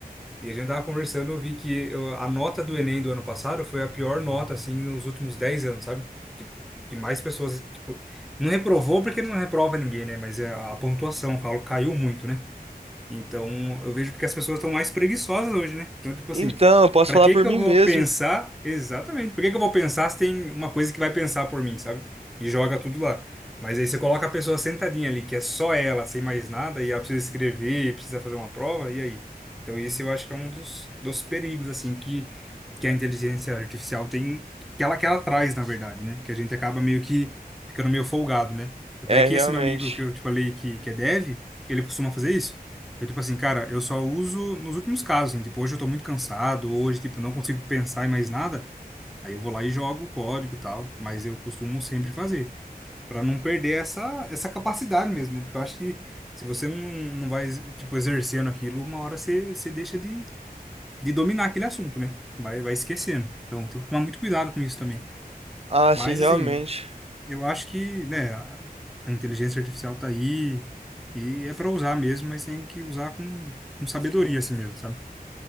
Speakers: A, in the centre; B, on the right (about 40°).
A: e a gente tava conversando, eu vi que eu- a nota do Enem do ano passado foi a pior nota, assim, nos últimos 10 anos, sabe? Tipo, que mais pessoas, tipo, não reprovou porque não reprova ninguém, né? Mas é, a pontuação, eu falo, caiu muito, né? Então, eu vejo porque as pessoas estão mais preguiçosas hoje, né? Então, tipo
B: Então,
A: assim,
B: eu posso
A: para
B: falar
A: que
B: por
A: que
B: mim
A: eu vou
B: mesmo.
A: pensar? Exatamente. Por que que eu vou pensar se tem uma coisa que vai pensar por mim, sabe? E joga tudo lá. Mas aí você coloca a pessoa sentadinha ali, que é só ela, sem mais nada, e ela precisa escrever, precisa fazer uma prova, e aí? Então, esse eu acho que é um dos, dos perigos, assim, que, que a inteligência artificial tem, que ela, que ela traz, na verdade, né? Que a gente acaba meio que ficando meio folgado, né? Até
B: É,
A: que
B: realmente.
A: esse meu amigo que eu te falei que, que é dev, ele costuma fazer isso. Eu, tipo assim, cara, eu só uso nos últimos casos, assim, tipo, hoje eu tô muito cansado, hoje, tipo, não consigo pensar em mais nada, aí eu vou lá e jogo o código e tal, mas eu costumo sempre fazer, Pra não perder essa, essa capacidade mesmo, né? Porque eu acho que se você não, não vai, tipo, exercendo aquilo, uma hora você, você deixa de, de dominar aquele assunto, né? Vai, vai esquecendo. Então tem que tomar muito cuidado com isso também.
B: Ah,
A: Mas,
B: sim, realmente.
A: assim, eu acho que, né, a, a inteligência artificial tá aí e é pra usar mesmo, mas tem que usar com, com sabedoria, assim mesmo, sabe?